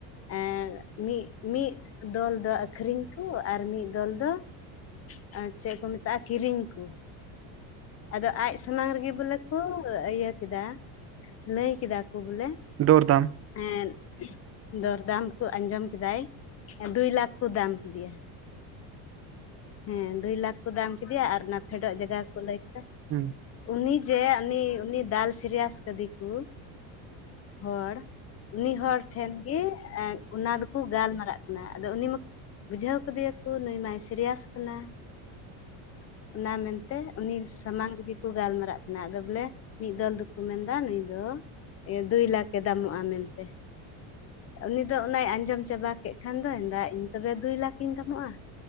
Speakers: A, on the left; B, on the right.
A: ᱟᱨ ᱢᱤᱫ ᱢᱤᱫ ᱫᱚᱞ ᱫᱚ ᱟᱠᱷᱨᱤᱧ ᱠᱚ᱾ ᱟᱨ ᱢᱤᱫ ᱫᱚᱞ ᱫᱚ ᱟᱨ ᱪᱮᱫ ᱠᱚ ᱢᱮᱛᱟᱜ-ᱟ ᱠᱤᱨᱤᱧ ᱠᱚ᱾ ᱟᱫᱚ ᱟᱡ ᱥᱟᱢᱟᱝ ᱨᱮᱜᱮ ᱵᱚᱞᱮ ᱠᱚ ᱤᱭᱟᱹ ᱠᱮᱫᱟ᱾ ᱞᱟᱹᱭ ᱠᱮᱫᱟ ᱠᱚ ᱵᱚᱞᱮ
B: ᱫᱚᱨ ᱫᱟᱢ
A: ᱦᱮᱸ ᱫᱚᱨᱫᱟᱢ ᱠᱚ ᱟᱸᱡᱚᱢ ᱠᱮᱫᱟᱭ᱾ ᱫᱩᱭ ᱞᱟᱠᱷ ᱠᱚ ᱫᱟᱢ ᱠᱮᱫᱮᱭᱟ। ᱦᱮᱸ ᱫᱩᱭ ᱞᱟᱠᱷ ᱠᱚ ᱫᱟᱢ ᱠᱮᱫᱮᱭᱟ᱾ ᱟᱨ ᱚᱱᱟ ᱯᱷᱮᱰᱚᱜ ᱡᱟᱭᱜᱟᱠᱚ ᱞᱟᱹᱭ ᱠᱮᱫᱟ।
B: ᱦᱩ
A: ᱩᱱᱤ ᱡᱮ ᱩᱱᱤ ᱩᱱᱤ ᱫᱟᱞ ᱥᱤᱨᱤᱭᱟᱥ ᱠᱟᱫᱮ ᱠᱚ ᱦᱚᱲ ᱩᱱᱤ ᱦᱚᱲ ᱴᱷᱮᱱ ᱜᱮ ᱮᱸ ᱚᱱᱟ ᱫᱚ ᱠᱚ ᱜᱟᱞᱢᱟᱨᱟᱜ ᱠᱟᱱᱟ ᱟᱫᱚ ᱩᱱᱤ ᱢᱟ ᱵᱩᱡᱷᱟᱹᱣ ᱠᱟᱫᱮᱭᱟᱠᱚ ᱱᱩᱭ ᱢᱟᱭ ᱥᱤᱨᱭᱟᱥ ᱠᱟᱱᱟ᱾ ᱚᱱᱟ ᱢᱮᱱ ᱛᱮ ᱛᱮ ᱩᱱᱤ ᱥᱟᱢᱟᱝ ᱨᱮᱜᱮ ᱠᱚ ᱜᱟᱞᱢᱟᱨᱟᱜ ᱠᱟᱱᱟ᱾ ᱟᱫᱚ ᱵᱚᱞᱮ ᱢᱤᱫ ᱫᱚᱞ ᱫᱚᱠᱚ ᱢᱮᱱᱫᱟ ᱱᱩᱭ ᱫᱚ ᱼᱼ ᱤᱭᱟ. ᱫᱩᱭ ᱞᱟᱠᱷ ᱮ ᱫᱟᱢᱚᱜ-ᱟ ᱢᱮᱱᱛᱮ। ᱩᱱᱤ ᱫᱚ ᱚᱱᱟᱭ ᱟᱸᱡᱚᱢ ᱪᱟᱵᱟ ᱠᱮᱫ ᱠᱷᱟᱱ ᱫᱚ ᱢᱮᱱᱫᱟ ᱤᱧ ᱛᱚᱵᱮ ᱫᱩᱭ ᱞᱟᱠᱷᱤᱧ ᱫᱟᱢᱚᱜ-ᱟ।